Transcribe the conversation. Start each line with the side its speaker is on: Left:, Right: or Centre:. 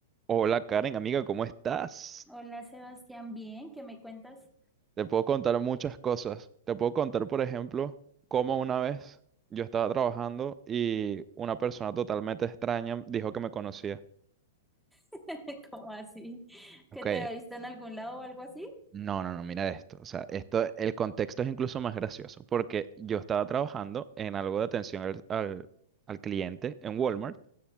Right: Hola Karen, amiga, ¿cómo estás?
Centre: Hola Sebastián, bien, ¿qué me cuentas?
Right: Te puedo contar muchas cosas. Te puedo contar, por ejemplo, cómo una vez yo estaba trabajando y una persona totalmente extraña dijo que me conocía.
Centre: <laughs> ¿Cómo así?
Right: Ok,
Centre: ¿Que te había visto en algún lado o algo así?
Right: no, no, no, mira esto. O sea, esto, el contexto es incluso más gracioso, porque yo estaba trabajando en algo de atención al, al- al cliente en Walmart